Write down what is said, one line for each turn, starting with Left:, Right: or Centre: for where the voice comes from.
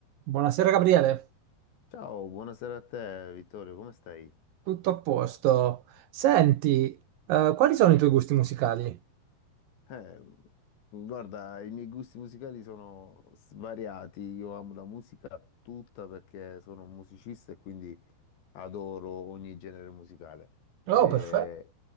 Right: Buonasera Gabriele,
Left: Ciao, buonasera a te Vittorio, come stai?
Right: tutto a posto. Senti, eh, quali sono i tuoi gusti musicali?
Left: Eh, guarda, i miei gusti musicali sono svariati, io amo la musica tutta perché sono un musicista e quindi adoro ogni genere musicale. Eh,
Right: Oh, perfetto.